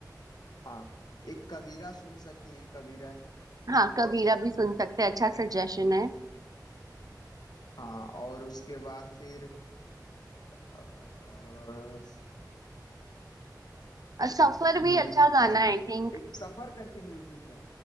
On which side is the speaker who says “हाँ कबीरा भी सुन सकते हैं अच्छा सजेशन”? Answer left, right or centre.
Right